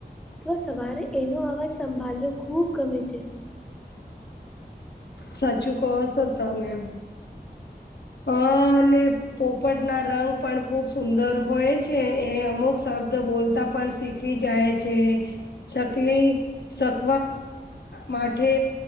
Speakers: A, in the centre; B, on the left.
A: તો સવારે એનો અવાજ સંભાળ્યો ખૂબ ગમે છે.
B: સાચું કહો છો તમે. અ અને પોપટ ના રંગ પણ ખુબ સુંદર હોય છે એ અમુક શબ્દ બોલતા પણ શીખે ખી જાય છે ચકલી સક માથે